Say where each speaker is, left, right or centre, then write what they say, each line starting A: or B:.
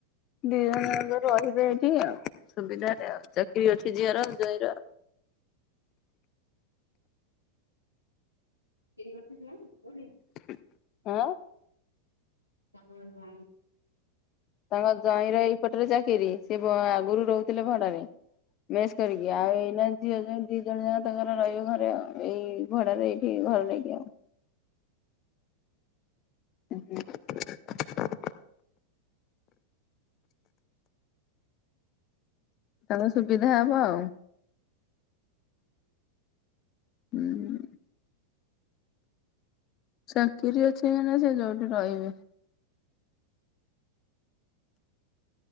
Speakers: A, on the left (about 35°); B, on the left (about 80°).
A: ଦି ଜଣ ଯାଙ୍କ ରହିବେ ଏଇଠି ଆଉ। ସୁବିଧାରେ ଆଉ ଚାକିରି ଅଛି ଝିଅର ଜୋଇଁ ର।
B: <unintelligible> ଜ୍ୱାଇଁ କୋଉଠି?
A: <unintelligible>
B: ତାଙ୍କ ଜ୍ୱାଇଁ
A: ତାଙ୍କ ଜୋଇଁର ଏଇପଟରେ ଚାକିରି ସେ ବ ଆଗୁରୁ ରହୁଥିଲେ ଭଡାରେ। ମେସ୍ କରିକି ଆଉ ଏଇନା ଝିଅ ଜୋଇଁ ଦି ଜଣ ଯାକ ତାଙ୍କର ରହିବେ ଘରେ ଆଉ, ଏଇ ଭଡାରେ ଏଇ ଠି ଘର ନେଇକି ଆଉ। ଉଁ ହୁଁ <inaudible> ତଙ୍କ ସୁବିଧା ହବ ଆଉ। ହୁଁ। ଚାକିରି ଅଛି ମାନେ ସେ ଯୋଉଠି ରହିବେ।